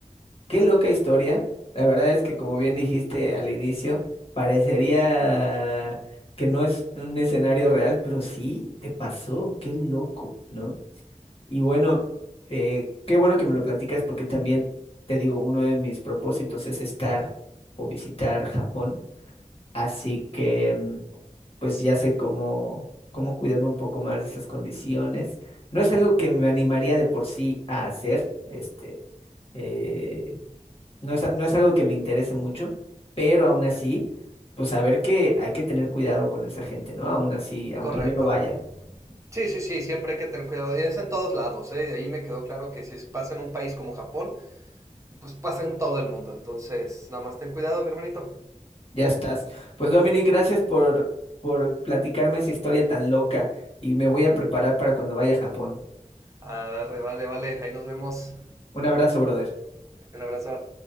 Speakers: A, on the left (about 45°); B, on the right (about 25°).
A: Qué loca historia. La verdad es que, como bien dijiste al inicio, parecería que no es un escenario real, pero sí te pasó. Qué loco, ¿no? Y bueno, eh, qué bueno que me lo platicas porque también, te digo, uno de mis propósitos es estar o visitar Japón. Así que, mm, pues ya sé cómo, cómo cuidarme un poco más de esas condiciones. No es algo que me animaría de por sí a hacer, este. eh, no es, a- no es algo que me interese mucho, pero aún así, pues saber que hay que tener cuidado con esa gente, ¿no? Aún así, aunque
B: Correcto.
A: yo no vaya,
B: Sí, sí, sí, siempre hay que tener cuidado. Y es en todos lados, ¿eh? Ahí me quedó claro que si pasa en un país como Japón, pues pasa en todo el mundo. Entonces, nada más ten cuidado, mi hermanito.
A: ya estás. Pues Dominic, gracias por, por platicarme esa historia tan loca y me voy a preparar para cuando vaya a Japón.
B: Arre, vale, vale. Ahí nos vemos.
A: Un abrazo, brother.
B: Un abrazo.